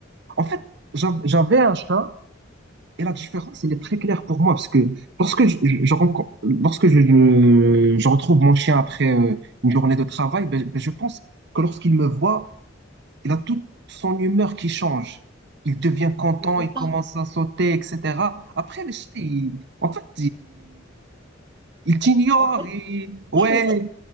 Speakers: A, on the right; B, on the right.
A: En fait, j'a- j'avais un chat et la différence, elle est très claire pour moi parce que lorsque je, je, je rencontre, lorsque je, je, je retrouve mon chien après euh, une journée de travail, ben, ben, je pense que lorsqu'il me voit, il a toute son humeur qui change. Il devient content,
B: il est content.
A: il commence à sauter, etc. Après, les chiens, ils- en fait, il t'ignore,
B: En fait,
A: il... ouais,
B: <laughs>